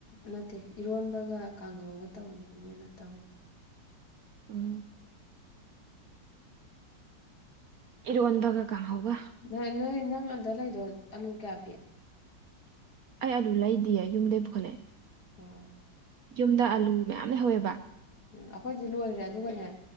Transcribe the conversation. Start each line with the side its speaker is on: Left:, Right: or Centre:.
Left: ꯅꯠꯇꯦ ꯏꯔꯣꯟꯕꯒ ꯀꯥꯡꯍꯧꯒ ꯇꯧꯕꯅꯦꯅ ꯇꯧꯍꯧ
Right: ꯎꯝ ꯏꯔꯣꯟꯗꯒ ꯀꯥ ꯍꯒ
Left: ꯅ ꯅꯣꯏ ꯅꯪ ꯑꯟꯗ ꯂꯩꯗꯣ ꯑꯂꯨ ꯀꯌꯥ ꯄꯤ
Right: ꯑꯩ ꯑꯂꯨ ꯂꯩꯗꯤꯌꯦ ꯌꯨꯝꯗꯩ ꯄꯨꯈꯠꯂꯛꯑꯦ
Left: ꯎꯝ
Right: ꯌꯨꯝꯗ ꯑꯂꯨ ꯃꯌꯥꯝ ꯂꯩꯍꯧꯋꯦꯕ
Left: ꯎꯝ ꯑꯩꯈꯣꯏꯗꯤ ꯂꯣꯏꯈ꯭ꯔꯦ ꯑꯗꯨꯒꯅꯦ